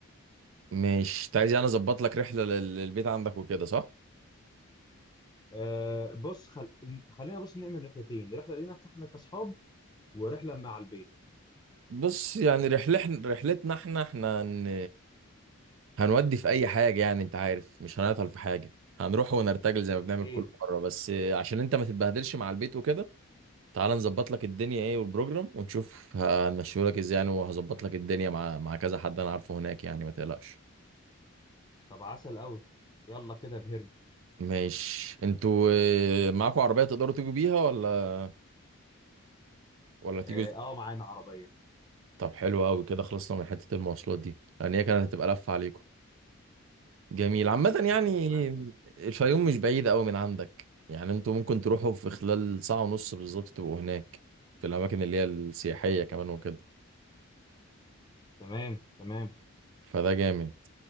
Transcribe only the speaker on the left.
آه بص خل... خلينا بص نعمل رحلتين رحله لينا احنا كاصحاب ورحله مع البيت
اكيد
طب عسل قوي يلا كده بهرن
اه
آه، معانا عربيه
ماشي معاك
تمام تمام